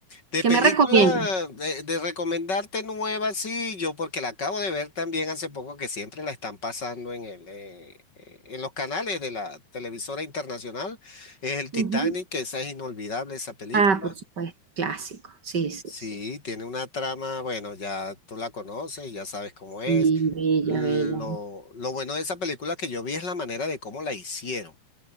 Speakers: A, on the left; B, on the right.
A: De
B: ¿qué
A: película,
B: me recomiendas?
A: de, de recomendarte nueva, sí, yo porque la acabo de ver también hace poco que siempre la están pasando en el, eh, eh, en los canales de la televisora internacional, es el Titanic,
B: Ujú.
A: que esa es inolvidable esa película.
B: Ah, por supuesto, clásico. Sí, sí,
A: Sí,
B: sí.
A: tiene una trama, bueno, ya tú la conoces, ya sabes cómo es.
B: Sí, bella,
A: Lo,
B: bella.
A: lo bueno de esa película que yo vi es la manera de cómo la hicieron.